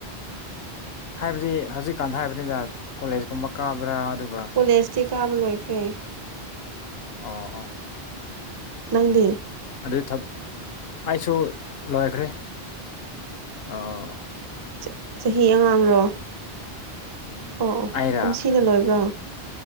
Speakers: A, on the left; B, on the right.
A: ꯍꯥꯏꯕꯗꯤ ꯍꯧꯖꯤꯛꯀꯥꯟ ꯍꯥꯏꯕꯅꯤꯅ ꯀꯣꯂꯦꯖ ꯀꯨꯝꯕ ꯀꯕ꯭ꯔꯥ ꯑꯗꯨ
B: ꯀꯣꯂꯦꯖꯇꯤ ꯀꯥꯕ ꯂꯣꯏꯈ꯭ꯔꯦ
A: ꯑꯣ ꯑꯣ
B: ꯅꯪꯗꯤ
A: ꯑꯗꯨ ꯊꯞ ꯑꯩꯁꯨ ꯂꯣꯏꯈ꯭ꯔꯦ ꯑꯣ
B: ꯆ ꯆꯍꯤ ꯑꯉꯥꯡꯔꯣ ꯑꯣ ꯑꯣ
A: ꯑꯩꯔꯥ
B: ꯀꯨꯝꯁꯤꯅ ꯂꯣꯏꯕ꯭ꯔꯣ